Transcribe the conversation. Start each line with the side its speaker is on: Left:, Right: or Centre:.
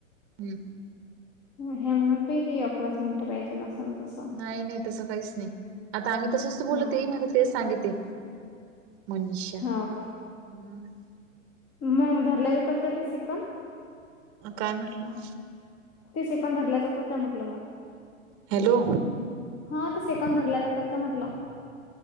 Right: हम्.
Left: हे म्हणतय की अकराच मिनिटं पाहिजे असन तसं.
Right: नाही नाही तसं काहीच नाही आता आम्ही तसंचं बोलत
Left: हा
Right: म्हण तेच सांगिते. मनष्य
Left: हा ओके!
Right: हम्म,
Left: मग धरलेले होतात का ते शिकून.
Right: काय म्हटलं.
Left: ते सेकन धरल्या जात काय म्हटलं मग.
Right: हॅलो!
Left: हा ते सेकंद धरल्या जातात का म्हटलं.